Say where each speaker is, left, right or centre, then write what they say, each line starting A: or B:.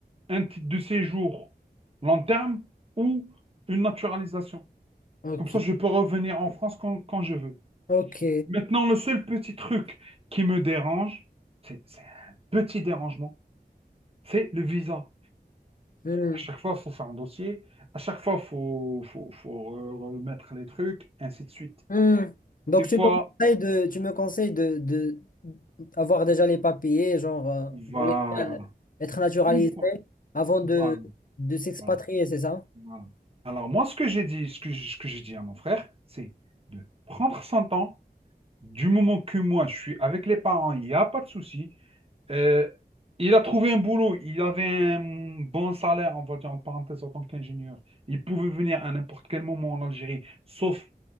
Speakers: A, on the right (about 35°); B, on the left (about 55°).
A: un titre de séjour long terme ou une naturalisation.
B: ok,
A: Comme ça, je peux revenir en France quand, quand je veux.
B: ok.
A: Maintenant, le seul petit truc qui me dérange, c'est c'est un petit dérangement, c'est le visa.
B: Hmm.
A: À chaque fois, il faut faire un dossier. À chaque fois, il faut, faut, faut remettre les trucs, ainsi de suite.
B: Hmm. Donc
A: Des fois,
B: tu me conseilles de, tu me conseilles de, de avoir déjà les papiers, genre euh,
A: voilà.
B: dans les- euh, être naturalisé
A: Une fois.
B: avant de,
A: Voilà,
B: de s'expatrier,
A: voilà,
B: c'est ça?
A: voilà. Alors, moi, ce que j'ai dit, ce que j- ce que j'ai dit à mon frère, c'est de prendre son temps. Du moment que moi, je suis avec les parents, il n'y a pas de souci. Euh, il a trouvé un boulot. Il avait un bon salaire, on va dire en parenthèse, en tant qu'ingénieur. Il pouvait venir à n'importe quel moment en Algérie, sauf